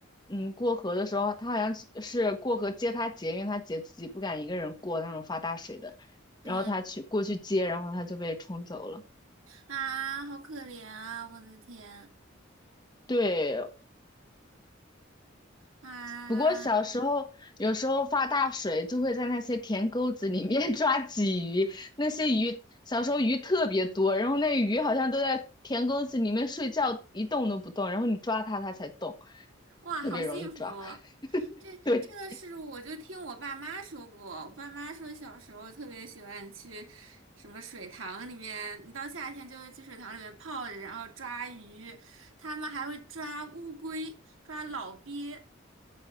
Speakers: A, on the left (about 20°); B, on the right (about 85°).
A: 嗯，过河的时候，他好像是是过河接他姐，因为他姐自己不敢一个人过那种发大水的，
B: 嗯，
A: 然后他去过去接，然后他就被冲走了。
B: 啊，好可怜啊！我的天，
A: 对，
B: 啊，
A: 不过小时候有时候发大水，就会在那些田沟子里面 <laughs> 抓鲫鱼，那些鱼小时候鱼特别多，然后那鱼好像都在田沟子里面睡觉，一动都不动，然后你抓它它才动，
B: 哇，
A: 特别容易抓。
B: 好幸福哦。
A: <laughs>
B: 这这个是我就听我爸妈说过，
A: 对，
B: 我爸妈说小时候特别喜欢去什么水塘里面，你到夏天就会去水塘里面泡着，然后抓鱼，他们还会抓乌龟、抓老鳖